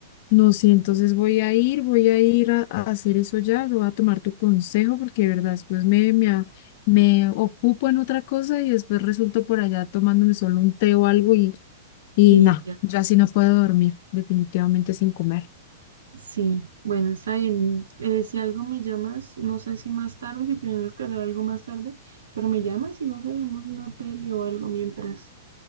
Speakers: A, on the left (about 55°); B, on the right (about 75°).
A: No, sí, entonces voy a ir, voy a ir a, a hacer eso ya, voy a tomar tu consejo porque de verdad después me, me, a- me ocupo en otra cosa y después resulto por allá tomándome solo un té o algo y Y
B: Y
A: no,
B: ya.
A: yo así no puedo dormir, definitivamente sin comer.
B: Sí, bueno, está bien. Eh, si algo me llamas, no sé si más tarde, si tienes que hacer algo más tarde, pero me llamas y no sé, vemos una peli o algo mientras.